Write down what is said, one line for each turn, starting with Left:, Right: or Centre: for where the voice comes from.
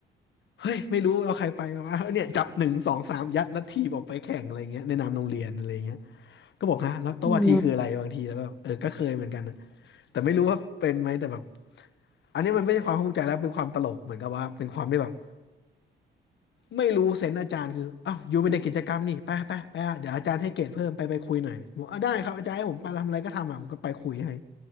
Left: เฮ้ยไม่รู้เอาใครไปวะเนี่ยจับหนึ่งสองสามยัดแล้วทีบออกไปแข่งอะไรเงี้ยในนามโรงเรียนอะไรเงี้ยก็บอกฮะแล้วโต๊ะวาทีคืออะไรบางทีแล้วก็เออก็เคยเหมือนกันนะ
Centre: อืม
Left: แต่ไม่รู้ว่าเป็นไหมแต่แบบอันนี้มันไม่ใช่ความภาคภูมิใจแล้วเป็นความตลกเหมือนกับว่าเป็นความได้แบบไม่รู้เซนส์อาจารย์คืออ้าวอยู่เป็นเด็กกิจกรรมนี่ไปไปไปอ่ะเดี๋ยวอาจารย์ให้เกรดเพิ่มไปไปคุยหน่อยบอกอ่ะได้ครับอาจารย์ให้ผมไปทำอะไรก็ทำอ่ะผมก็ไปคุยให้